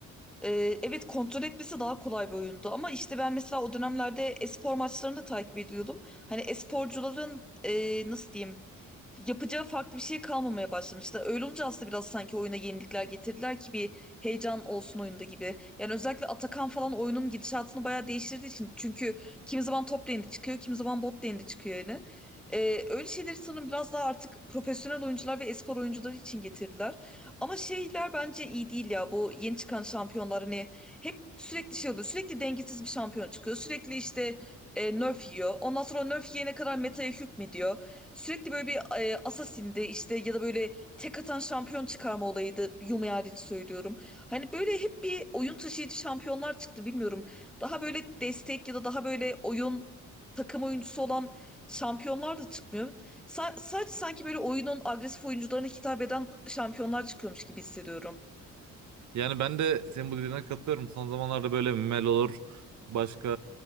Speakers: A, in the centre; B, on the right.
A: Ee, evet kontrol etmesi daha kolay bir oyundu ama işte ben mesela o dönemlerde espor maçlarını da takip ediyordum. Hani esporcuların e, nasıl diyeyim yapacağı farklı bir şey kalmamaya başlamıştı. Öyle olunca aslında biraz sanki oyuna yenilikler getirdiler ki bir heyecan olsun oyunda gibi. Yani özellikle Atakan falan oyunun gidişatını bayağı değiştirdiği için. Çünkü kimi zaman top lane'de çıkıyor, kimi zaman bot lane'de çıkıyor yani. Ee, öyle şeyleri sanırım biraz daha artık profesyonel oyuncular ve espor oyuncuları için getirdiler. Ama şeyler bence iyi değil ya bu yeni çıkan şampiyonlar hani hep sürekli şey oluyor. Sürekli dengesiz bir şampiyon çıkıyor. Sürekli işte e, nerf yiyor. Ondan sonra o nerf yiyene kadar metaya hükmediyor. Sürekli böyle bir e, Assassin'di işte ya da böyle tek atan şampiyon çıkarma olayıydı. Yumi hariç söylüyorum. Hani böyle hep bir oyun taşıyıcı şampiyonlar çıktı bilmiyorum. Daha böyle destek ya da daha böyle oyun takım oyuncusu olan şampiyonlar da çıkmıyor. Sa- sadece sanki böyle oyunun agresif oyuncularına hitap eden şampiyonlar çıkıyormuş gibi hissediyorum.
B: Yani ben de senin bu dediğine katılıyorum. Son zamanlarda böyle Mel olur. Başka